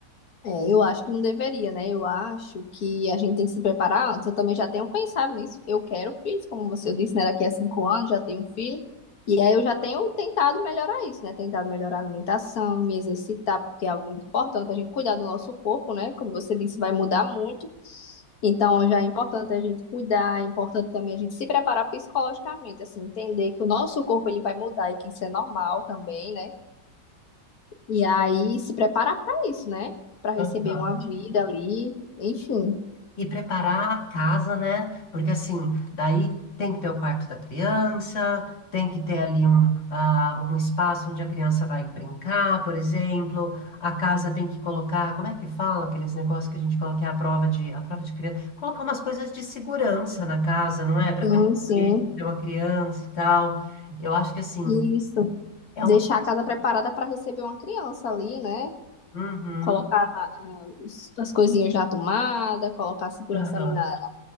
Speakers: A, on the left; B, on the left.
A: É, eu acho que não deveria, né? Eu acho que a gente tem que se preparar antes. Eu também já tenho pensado nisso. Eu quero filhos, como você disse, né? Daqui a cinco anos já tenho um filho. E aí eu já tenho tentado melhorar isso, né? Tentado melhorar a alimentação, me exercitar, porque é algo muito importante. A gente cuidar do nosso corpo, né? Como você disse, vai mudar muito. Então já é importante a gente cuidar, é importante também a gente se preparar psicologicamente, assim, entender que o nosso corpo ele vai mudar e que isso é normal também, né? E aí se preparar para isso, né? Para receber
B: Aham.
A: uma vida ali, enfim.
B: E preparar a casa, né? Porque, assim, daí tem que ter o quarto da criança, tem que ter ali um, ah, um espaço onde a criança vai brincar, por exemplo. A casa tem que colocar... Como é que fala aqueles negócios que a gente coloca é a prova de, a prova de criança? Colocar umas coisas de segurança na casa, não é? Para
A: Sim,
B: ter um...
A: sim.
B: brinquedo, ter uma criança e tal. Eu acho que, assim...
A: Isso.
B: É
A: Deixar
B: um
A: a casa preparada para receber uma criança ali, né?
B: Uhum,
A: Colocar ah, os- as coisinhas na tomada, colocar a segurança
B: aham,
A: ali na, na